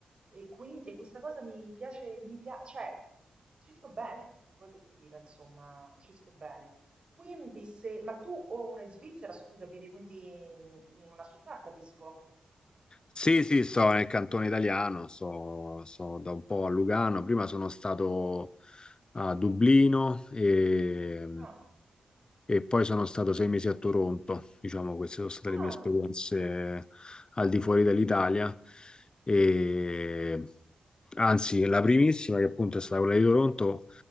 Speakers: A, on the right (about 45°); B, on the left (about 35°).
A: E, quindi, e questa cosa mi piace, mi piace, cioè ci sto bene, che vuoi che ti dica, insomma, ci sto bene. Quindi se, ma tu ora in Svizzera, scusa, vivi quindi in, in una città, capisco?
B: Sì, sì, sto nel cantone italiano, sto, sto da un po' a Lugano, prima sono stato a Dublino e,
A: No.
B: e poi sono stato sei mesi a Toronto, diciamo, queste sono state le
A: Ah,
B: mie esperienze al di fuori dell'Italia. E, anzi, la primissima, che appunto è stata quella di Toronto,